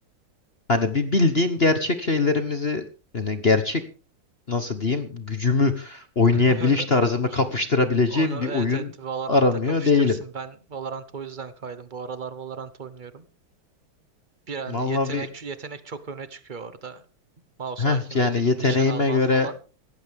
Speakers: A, on the left; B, on the right.
A: Hani bir bildiğin gerçek şeylerimizi yani gerçek nasıl diyeyim gücümü oynayabiliş
B: <laughs>
A: tarzımı kapıştırabileceğim
B: onu
A: bir
B: evet
A: oyun
B: evet Valorant'ta
A: aramıyor
B: kapıştırırsın.
A: değilim.
B: Ben Valorant'a o yüzden kaydım. Bu aralar Valorant oynuyorum. Bir an
A: Vallahi
B: yetenek
A: bir
B: yetenek çok öne çıkıyor orada. Mouse
A: heh,
B: hakimiyetini
A: yani yeteneğime
B: nişan alman
A: göre
B: falan.